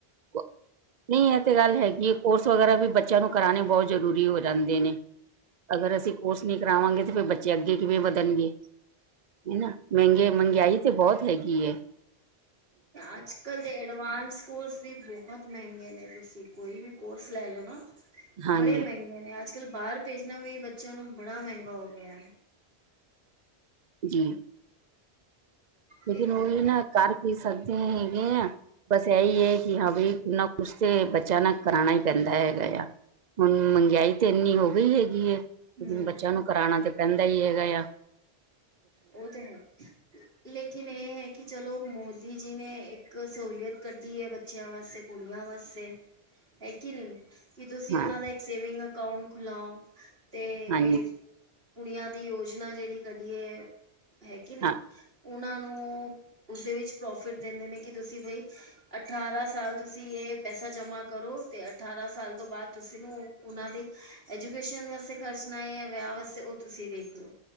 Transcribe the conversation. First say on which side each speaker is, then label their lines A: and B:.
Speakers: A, on the right; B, on the right.
A: ਓ ਨਈ ਏ ਤੇ ਗੱਲ ਹੈਗੀ ਏ, ਕੋਰਸ ਵਗੈਰਾ ਵੀ ਬੱਚੇਆਂ ਨੂੰ ਕਰਾਣੇ ਬੋ ਜ਼ਰੂਰੀ ਹੋ ਜਾਂਦੇ ਨੇ। ਅਗਰ ਅਸੀਂ ਕੋਰਸ ਨੀ ਕਰਾਵਾਂਗੇ ਤੇ ਫੇਰ ਬੱਚੇ ਅੱਗੇ ਕਿਵੇਂ ਵਧਣਗੇ, ਹੈਨਾ। ਮੈਂਗੇ ਮੰਗਿਆਈ ਤੇ ਬੋਤ ਹੈਗੀ ਐ।
B: ਅੱਜ-ਕਲ ਦੇ ਐਡਵਾਂਸ ਕੋਰਸ ਵੀ ਬਹੁਤ ਮੈਂਗੇ ਨੇ, ਤੁਸੀਂ ਕੋਈ ਵੀ ਕੋਰਸ ਲੈ ਲੋ ਨਾ
A: ਹਾਂਜੀ
B: ਬੜੇ ਮੈਂਗੇ ਨੇ ਅੱਜ-ਕੱਲ ਬਾਰ ਭੇਜਣਾ ਵੀ ਬੱਚੇਆਂ ਨੂੰ ਬੜਾ ਮੈਂਗਾ ਹੋ ਗਿਆ।
A: ਜੀ। ਲੇਕਿਨ
B: ਇਹ ਗੱਲ
A: ਓਹੀ
B: ਹੈ
A: ਨਾ ਕਰ ਕੀ ਸਕਦੇ ਹੈਗੇ ਆਂ। ਬਸ ਐਈ ਏ ਕੀ ਹਾਂ ਬਈ ਕੁਛ ਨਾ ਕੁਛ ਤੇ ਬੱਚੇਆਂ ਨਾ ਕਰਾਣਾ ਈ ਪੈਂਦਾ ਹੈਗਾ ਯਾ। ਹੁਣ ਮੰਗਿਆਈ ਤੇ ਇੰਨੀ ਹੋ ਗਈ ਹੈਗੀ ਐ,
B: ਹਮ
A: ਬੱਚੇਆਂ ਨੂੰ ਕਰਾਣਾ ਤੇ ਪੈਂਦਾ ਈ ਹੈਗਾ ਏਆ।
B: ਓ, ਤੇ ਹੈ। ਲੇਕਿਨ ਏ ਹੈ ਕਿ ਚਲੋ ਮੋਦੀ ਜੀ ਨੇ ਇੱਕ ਸਹੂਲੀਅਤ ਕੱਢੀ ਏ ਬੱਚਿਆਂ ਵਾਸਤੇ ਕੁੜੀਆਂ ਵਾਸਤੇ, ਐ ਕੇ ਨਈ ਕਿ ਤੁਸੀਂ
A: ਹਾਂ
B: ਓਨਾਂ ਦਾ ਇੱਕ ਸੇਵਿੰਗ ਅਕਾਊਂਟ ਖੁਲਾਓ, ਤੇ
A: ਹਾਂਜੀ
B: ਏ ਕੁੜੀਆਂ ਦੀ ਯੋਜਨਾ ਜੇੜੀ ਕੱਢੀ ਏ, ਹੈ ਕਿ ਨਈ।
A: ਹਾਂ
B: ਓਨਾਂ ਨੂੰ, ਉਸੇ ਵਿੱਚ ਪ੍ਰੋਫਿਟ ਦਿੰਦੇ ਨੇ ਕੇ ਤੁਸੀਂ ਬਈ ਅਠਾਰਾਂ ਸਾਲ ਤੁਸੀਂ ਏ ਪੈਸਾ ਜਮਾਂ ਕਰੋ ਤੇ ਅਠਾਰਾਂ ਸਾਲ ਤੋਂ ਬਾਦ ਤੁਸੀਂ ਨੂੰ ਓਨਾਂ ਦੇ ਐਜੂਕੇਸ਼ਨ ਵਾਸਤੇ ਖਰਚਣਾ ਏ ਯਾ ਵਿਆਹ ਵਾਸਤੇ ਓ ਤੁਸੀਂ ਦੇਖ ਲੋ।